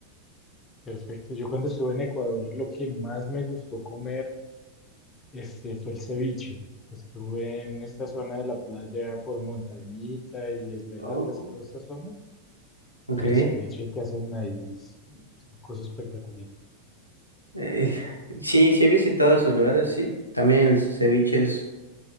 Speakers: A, on the left; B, on the left.
A: Perfecto. Yo cuando estuve en Ecuador, lo que más me gustó comer, este, fue el ceviche. Estuve en esta zona de la playa por Montañita y Esmeraldas,
B: Oh.
A: toda esta zona.
B: Ok.
A: Y el ceviche que hacen ahí es una cosa espectacular.
B: Eh, sí, sí he visitado esos lugares, sí. También el ceviche es